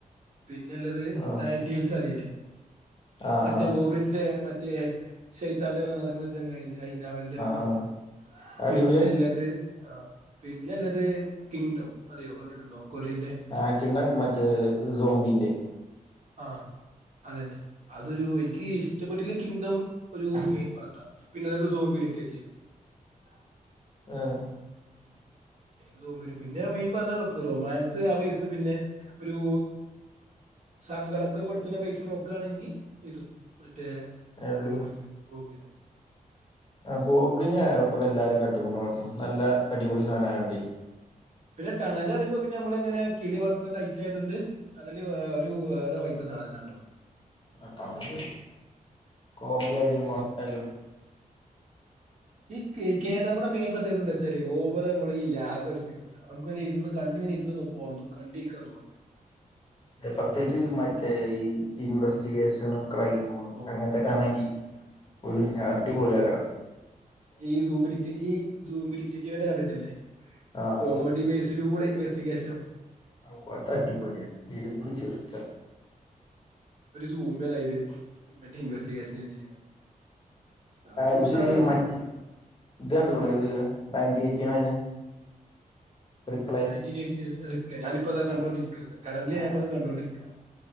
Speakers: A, on the right (about 55°); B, on the left (about 35°).
A: പിന്നെല്ലത്
B: ആഹ്
A: നയൻറ്റീൽസ് അറിയില്ലേ
B: ആഹ്
A: മറ്റേ
B: ആഹ് ആഹ്
A: ഗോബിളിൽത്തെ മറ്റേ ശൈത്താന്റെ പോല നടക്കുന്ന ഒരു ചങ്ങായില്ലേ അയ്ന്റ അവന്റെ മൂവി
B: ആഹ് അത് അടിപൊളിയാ
A: പിന്നെല്ലത് ആഹ് പിന്നെല്ലത് കിങ്ഡം അറിയോ കണ്ടിട്ടുണ്ടോ കൊറിയന്റെ
B: ആ കിങ്ണ്ടം മറ്റേ സോംബിന്റെ
A: ആഹ് അതന്നെ അതൊരു എനിക്ക് ഇഷ്ടപ്പെട്ടുള്ള കിങ്ഡം ഒരു മെയിൻ പാർട്ട പിന്നട്ത് സോംബി ഡിക്ടറ്റീവാ <unintelligible>
B: ആഹ്
A: ഉം എനിക്ക് തോന്നിന് പിന്നെ മെയിൻ പറഞ്ഞ റൊമാൻസ് ആ പയസ്സ് പിന്നെ ഒരു സങ്കടൊക്കെ പെടുത്തുന്ന പെയ്സ നോക്കുകയാന്നെങ്കി ഇതും മറ്റേ
B: ഏത്
A: ഗോബ്ളിന് ഗോബിന്
B: ആ ഗോബ്ലിനി ഏറെക്കുറെ എല്ലാരും കട്ടുകൊണ്ട് നടക്കുന്നു
A: ഉം
B: നല്ല അടിപൊളി സാധനായോണ്ടെ
A: പിന്നെ ടണൽ അറിയ്മ്പൊ പിന്നെ നമ്മളെങ്ങനെ കിളി വർത്ത ടൈറ്റ് ആയത് കൊണ്ട് ടണല് വേ ഒരു വേറെ വൈബ് സാധന ട്ടോ
B: ആഹ് ടനല് കോമഡി ആയാലും അതായാലും
A: ഈ കേ കേദ വർമയുടെ മെയിൻ പദ്ധതി എന്താച്ച ചാല് ഓവറ് അമ്മളെ ഈ ലാഗ് അടിപ്പിക്കൂല്ല നമ്മക്ക് ഇങ്ങനെ ഇരുന്ന് കണ്ടിങ്ങെ ഇരുന്ന് പോവാ കണ്ടിരിക്കാൻ തോന്നും
B: പ്രത്യേകിച്ച് മറ്റേ ഈ ഇൻവെസ്റ്റിഗേഷനും ക്രൈം മ്
A: ഓഹ്
B: അങ്ങനത്തൊക്കെ
A: സത്യം.
B: ആണെങ്കിൽ
A: ഉം ഉം.
B: ഒരു അടിപൊളി ആകണം
A: ഈ സൂംഡിക്റ്റീവ് ഈ സൂംഡിക്റ്റീറ്റീവ് തന്നെ കണ്ടിട്ടില്ലേ
B: ആഹ്
A: കോമഡി ബേസ് റ്റിലൂടെ ഇൻവെസ്റ്റിഗേഷം
B: ഓ അത് അടിപൊടിയാ ഇരുന്ന് ചെറിച്ച
A: ഒരു സൂമേ ലൈൻല് ഇൻവെസ്റ്റിഗേഷൻ ചെയ്യണെ സംഭവം
B: ഇത്
A: ഉഷാറാണ്.
B: മറ്റ് ഇത്ണ്ട് പോണേ ഇത് ninety eighty nine reply
A: nineteen eight ഞാനിപ്പ അതാ കണ്ടോണ്ടിരിക്കണത്
B: ആഹ്
A: കറന്റലി
B: ആഹ്
A: ഞാൻ അത് കണ്ടോണ്ടിരിക്ക